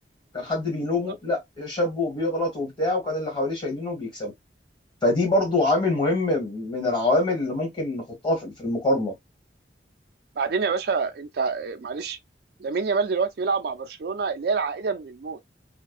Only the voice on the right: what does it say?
بالظبط
بعدين يا باشا انت آه، معلش لامين يامال دلوقتي بيلعب مع برشلونه اللي هي العائده من الموت